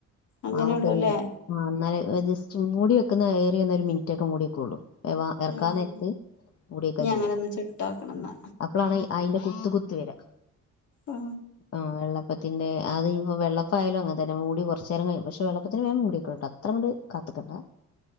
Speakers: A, on the left; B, on the left.
A: <unintelligible>
B: അങ്ങനെയുള്ളൂല്ലേ
A: ഇനല് ജസ്റ്റ് മൂടി വെക്കുന്ന ഏറി ഒന്ന ഒരു മിനിറ്റ് ഒക്കെ മൂടി വെക്കുള്ളൂ. വ ഇറക്കാൻ
B: ഉം
A: നേരത്ത് മുടിയൊക്കെ
B: ഇനി
A: ചെയ്യാം
B: അങ്ങനെ ഒന്ന് ചുട്ടാക്കണം ന്നാ
A: അപ്പോഴാണ് അതിന്റെ കുത്ത് കുത്ത്. വരാ.
B: ആ
A: ആഹ് വെള്ളപ്പത്തിന്റെ അത് ഇപ്പൊ വെള്ളപ്പ ആയാലോ അങ്ങന തന്നെ മൂടി കുറച്ച നേരം കഴി പക്ഷെ വെള്ളപ്പത്തിന് വേം മൂടക്കെ കേട്ടോ? അത്രയും കൂടി കാത്തിക്കണ്ട